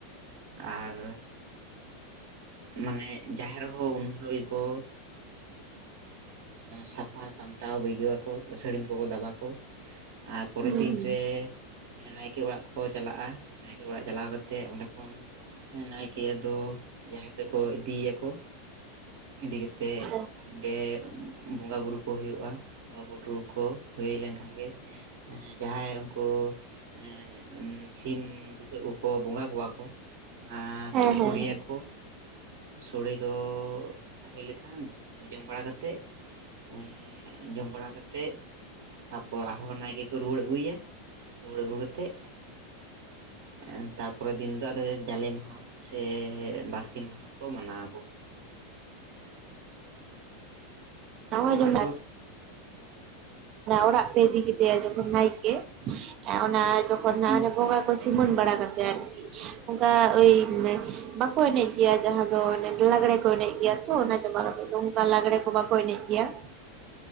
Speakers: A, on the right; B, on the right.
A: ᱟᱨ ᱢᱟᱱᱮ ᱡᱟᱦᱮᱨ ᱦᱚᱸ ᱩᱱ ᱦᱤᱞᱳᱜ ᱜᱮᱠᱚ ᱥᱟᱯᱷᱟ ᱥᱟᱢᱴᱟᱣ ᱵᱟᱹᱭᱜᱟᱹᱣ ᱟᱠᱚ ᱥᱟᱹᱲᱤᱢ ᱠᱚᱠᱚ ᱫᱟᱵᱟ ᱠᱚ᱾ ᱟᱨ ᱯᱚᱨᱮᱨ
B: ᱦᱩᱸ
A: ᱫᱤᱱᱨᱮ
B: ᱦᱩᱸ
A: ᱱᱟᱭᱠᱮ ᱚᱲᱟᱜ ᱠᱚᱠᱚ ᱪᱟᱞᱟᱜ-ᱟ ᱱᱟᱭᱠᱮ ᱚᱲᱟᱜ ᱪᱟᱞᱟᱣ ᱠᱟᱛᱮᱜ ᱚᱸᱰᱮ ᱠᱷᱚᱱ ᱦᱮᱸ ᱱᱟᱭᱠᱮ ᱟᱫᱚ ᱡᱟᱸᱦᱮᱨ ᱛᱮᱠᱚ ᱤᱫᱤᱭᱮᱭᱟᱠᱚ ᱤᱫᱤ ᱠᱟᱛᱮᱜ
B: ᱟᱪᱪᱷᱟ ᱟᱪᱪᱷᱟ
A: ᱚᱸᱰᱮ ᱵᱚᱸᱜᱟ ᱵᱩᱨᱩ ᱠᱚ ᱦᱩᱭᱩᱜ-ᱟ ᱵᱚᱸᱜᱟ ᱵᱩᱨᱩ ᱠᱚ ᱦᱩᱭ ᱞᱮᱱᱠᱷᱟᱱ ᱜᱮ ᱡᱟᱦᱟᱸᱭ ᱩᱱᱠᱩ ᱮ ᱥᱤᱢ ᱵᱩᱥᱟᱹᱜ ᱠᱚᱠᱚ ᱵᱚᱸᱜᱟ ᱠᱚᱣᱟ ᱠᱚ ᱚᱱᱟ
B: ᱦᱮᱸ
A: ᱠᱚ ᱥᱳᱲᱮᱭᱟᱠᱚ
B: ᱦᱮᱸ
A: ᱥᱚᱲᱮ ᱫᱚ ᱦᱩᱭ ᱞᱮᱠᱷᱟᱱ ᱟᱫᱚ ᱡᱚᱢ ᱵᱟᱲᱟ ᱠᱟᱛᱮᱜ ᱮ ᱡᱚᱢ ᱵᱟᱲᱟ ᱠᱟ ᱛᱮᱜ ᱛᱟᱯᱚᱨ ᱟᱨᱦᱚᱸ ᱱᱟᱭᱠᱮᱠᱚ ᱨᱩᱣᱟᱹᱲ ᱟᱹᱜᱩᱭ ᱭᱟ ᱨᱩᱣᱟᱹᱲ ᱟᱹᱜᱩ ᱠᱟᱛᱮᱜ ᱮ ᱛᱟᱨᱯᱚᱨᱮ ᱫᱤᱱ ᱫᱚ ᱟᱫᱚ ᱡᱟᱞᱮ ᱢᱟᱦᱟ ᱥᱮ ᱵᱟᱥᱠᱮ ᱢᱟᱦᱟ ᱠᱚ ᱢᱟᱱᱟᱣᱟ ᱠᱚ᱾
B: <unintelligible> ᱚᱱᱮ
A: ᱟᱫᱚ
B: ᱚᱲᱟᱜ ᱯᱮ ᱤᱫᱤ ᱠᱮᱫᱮᱭᱟ ᱡᱚᱠᱷᱚᱱ ᱱᱟᱭᱠᱮ ᱚᱱᱟ ᱡᱚ ᱠᱷᱚᱱ
A: ᱦᱮᱸ
B: ᱚᱱᱟ ᱵᱚᱸᱜᱟ ᱠᱚ ᱥᱤᱢᱟᱹᱱ ᱵᱟᱲᱟ ᱠᱟᱛᱮᱜ ᱟᱨᱠᱤ ᱚᱱᱠᱟ ᱳᱭ ᱵᱟᱠᱚ ᱮᱱᱮᱡ ᱜᱮᱭᱟ ᱡᱟᱦᱟᱸ ᱫᱚ ᱞᱟᱜᱽᱲᱮ ᱠᱚ ᱮᱱᱮᱡ ᱜᱮᱭᱟ ᱛᱚ ᱚᱱᱟ ᱪᱟᱵᱟ ᱠᱟᱛᱮ ᱫᱚ ᱚᱱᱠᱟ ᱞᱟᱜᱽᱲᱮ ᱠᱚ ᱵᱟᱝ ᱠᱚ ᱮᱱᱮᱡ ᱜᱮᱭᱟ᱾